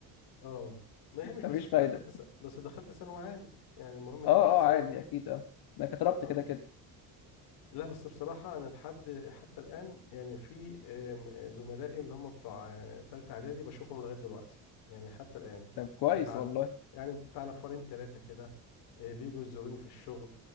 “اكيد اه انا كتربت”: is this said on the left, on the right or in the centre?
Left